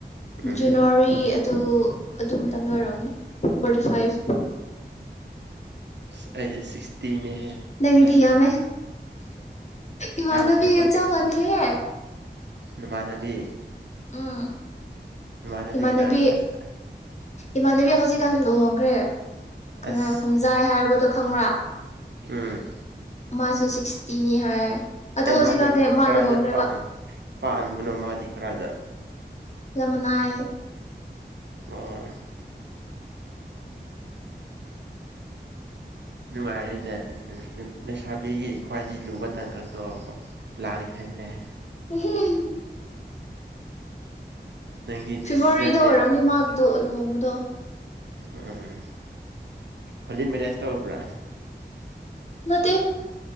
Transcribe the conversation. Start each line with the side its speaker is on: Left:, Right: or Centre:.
Right: ꯎꯝ
Left: ꯖꯅꯋꯥꯔꯤ ꯇꯨ ꯑꯗꯨ ꯃꯇꯝꯗ ꯑꯣꯏꯔꯝꯅꯤ ꯐꯣꯔꯇꯤ ꯐꯥꯏꯐ
Right: ꯑꯁ ꯑꯩꯗꯤ ꯁꯤꯛꯁꯇꯤꯅꯦꯍꯦ
Left: ꯅꯪꯒꯤꯗꯤ
Right: ꯍꯟꯗꯛꯁꯦ
Left: ꯌꯥꯝꯃꯦ ꯏꯃꯥꯟꯅꯕꯤꯒ
Right: ꯌꯥꯝꯈ꯭ꯔꯦꯀꯣ
Left: ꯆꯞ
Right: ꯁꯤꯛꯁꯇꯤ
Left: ꯃꯥꯟꯅꯩꯌꯦ
Right: ꯅꯃꯥꯟꯅꯕꯤ
Left: ꯎꯝ
Right: ꯅꯄꯥꯟꯅꯕꯤ
Left: ꯏꯃꯥꯟꯅꯕꯤ
Right: ꯀꯅꯥꯔ ꯑꯁ
Left: ꯏꯃꯥꯟꯅꯕꯤ ꯍꯧꯖꯤꯛꯀꯥꯟ ꯂꯨꯍꯣꯡꯈ꯭ꯔꯦ ꯀꯅꯥ
Right: ꯑꯁ
Left: ꯈꯝꯖꯥꯏ ꯍꯥꯏꯕꯗꯣ ꯈꯪꯕ꯭ꯔꯥ
Right: ꯎꯝ
Left: ꯃꯥꯁꯨ ꯁꯤꯛꯁꯇꯤꯅꯤ ꯍꯥꯏ ꯑꯗꯣ
Right: ꯑꯦ
Left: ꯍꯧꯖꯤꯛꯀꯥꯟꯗꯤ
Right: ꯃꯥꯗꯣ
Left: ꯃꯥ
Right: ꯀꯗꯥꯏꯗ
Left: ꯂꯨꯍꯣꯡꯈ꯭ꯔꯦꯕ
Right: ꯄꯥꯟ ꯄꯥꯟꯕꯅꯣ ꯃꯥꯗꯤ ꯀꯔꯥꯏꯗ
Left: ꯂꯝꯃꯅꯥꯏ
Right: ꯑꯣ ꯅꯨꯡꯉꯥꯏꯔꯦꯅꯦ ꯂꯩꯁꯥꯕꯤꯒꯤ ꯈ꯭ꯋꯥꯏꯗꯒꯤ ꯂꯨꯕ ꯇꯥꯡꯀꯛꯇꯣ ꯂꯥꯟꯈ꯭ꯔꯦ ꯅꯦ
Left: ꯎꯝꯍꯝ
Right: ꯅꯪꯒꯤ ꯗꯤꯁꯤꯖꯟ
Left: ꯐꯦꯕꯋꯥꯔꯤꯗ
Right: ꯂꯦꯞꯄ
Left: ꯑꯣꯏꯔꯝꯅꯦ ꯃꯥꯒꯤꯗꯣ ꯂꯨꯍꯣꯡꯕꯗꯣ
Right: ꯎꯝ ꯍꯣꯜꯂꯤ ꯃꯦꯔꯦꯖ ꯇꯧꯕ꯭ꯔꯥ
Left: ꯅꯠꯇꯦ